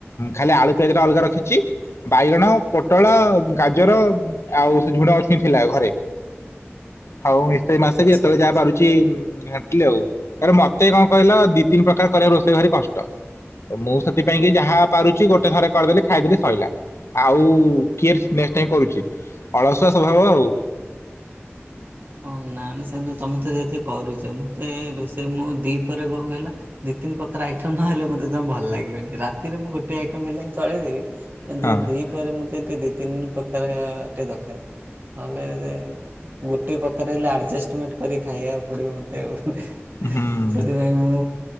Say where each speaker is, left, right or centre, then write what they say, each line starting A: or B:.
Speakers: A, on the left; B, on the right.
A: ଖାଲି
B: ଓହୋ
A: ଆଳୁ ପିଆଜ ଟା ଅଲଗା ରଖିଛି ବାଇଗଣ ପୋଟଳ ଗାଜର ଆଉ ସେ ଝୁଣା ଅଛନ୍ତି ଥିଲା ଘରେ। ହଉ ମୁ ନିଶ ମାସକ
B: ଆଚ୍ଛା।
A: ଯେତେବେଳେ ଯାହା ବାରୁଛି ଆଉ ମତେ କଣ କହିଲ ଦି ତିନି ପ୍ରକାର କରିବାକୁ ରୋଷେଇ ଭାରି କଷ୍ଟ। ମୁଁ ସେଥିପାଇଁ କି ଯାହା ପାରୁଛି ଗୋଟେ ଥରେ କରିଦେଲି ଖାଇଦେଲି ଶୋଇଲା ଆଉ କିଏ ନେକ୍ସଟ ଟାଇମ କରୁଛି ଅଳସୁଆ ସ୍ୱଭାବ ଆଉ।
B: ଓ ନା ନା ସେମିତି ତମେ ତ ଯେତେ କରୁଛ ମତେ ରୋଷେଇ ମୁଁ ଦି ପରେ କଣ କହିଲ। ଦି ତିନି ପ୍ରକାର ଆଇଟମ୍ ନହେଲେ ମୋତେ ଭଲ ଲାଗିବନି ରାତିରେ ମୁଁ ଗୋଟେ ଆଇଟମ ହେଲେ ମୁଁ ଚଳେଇଦେବି। ଏନ୍ତ
A: ହଁ
B: ଦ୍ୱୀପ ମତେ ଦି ତିନି ପ୍ରକାରେ ଦରକାର ନହଲେ ଗୋ ରୁଟି ପକ ହେଲେ ଆଡ଼ଜଷ୍ଟମେଣ୍ଟ କରି ଖାଇବା ପିବ ମତେ ଆଉ
A: ହୁଁ
B: ସେଥିପାଇଁ ମୁଁ